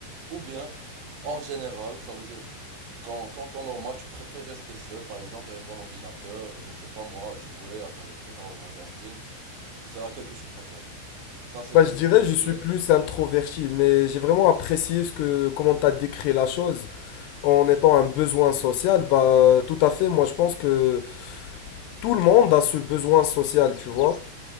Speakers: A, on the right; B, on the left.
A: ou bien en général, ça veut dire quand, quand temps normal, tu préfères rester seul, par exemple, derrière ton ordinateur, je sais pas moi, à jouer, à faire des trucs, à regarder un film, c'est laquelle que tu préfères. Ça, c'est
B: Bah,
A: une.
B: je dirais, je
A: C'est...
B: suis plus introverti, mais j'ai vraiment apprécié ce que, comment tu as décrit la chose. En étant un besoin social, bah, tout à fait, moi je pense que tout le monde a ce besoin social, tu vois.